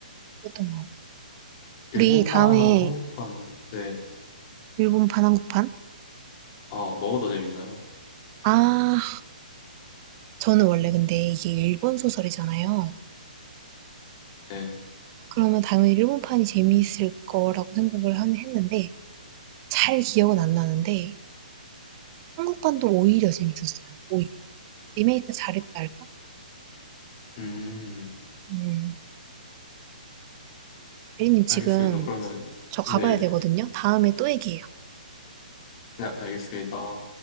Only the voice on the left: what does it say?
일본판하고
한국판, 네.
아, 뭐가 더 재밌나요?
네.
음,
알겠습니다. 그러면,
네,
네, 알겠습니다.